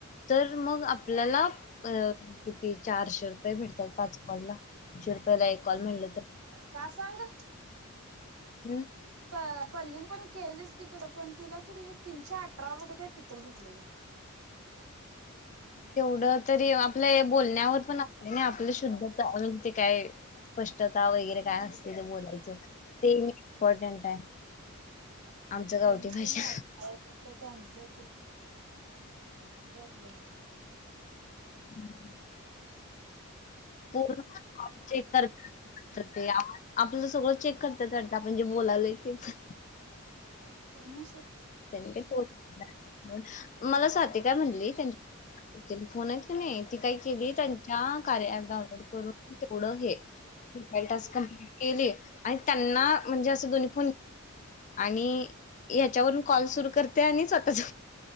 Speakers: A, on the left; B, on the right.
A: तर मग आपल्याला अ किती चारशे रुपये भेटतात पाच कॉलला दोनशे रुपयाला एक कॉल म्हटल तर
B: का सांग ग
A: हम्
B: प पल्लीने पण केलीच पनतिला कि नई तीनशे अठरा रुपये काय कि भेटले ग
A: तेवढं तरी आपल्या या बोलण्यावर पण आहे. नाही आपलं शुद्ध म्हणजे ते काय स्पष्ट त्या वगैरे
B: हम्म.
A: काय असते ते बोलायचं ते इम्पॉर्टंट आहे आमच गावठी
B: त्यांनी थोडं
A: भाषा
B: ना ऐकायला कुठं त्यांचं हॅलो
A: <inaudible> पूर्ण जे करते ते आपलं सगळं चेक करत्यात वाटत आपण जे बोलायलोय तेच
B: करण सो
A: घरी कोण मला
B: आहेत.
A: स्वाती काय म्हणली त्यां त्यांनी फोन आहे ती काय केली त्यांच्या कार्या डाउनलोड करून तेवढं हे, काही टास्क कम्प्लीट केले. आणि त्यांना म्हणजे असं दोन्ही फोन आणि याच्यावरून कॉल सुरू करते आणि स्वतःच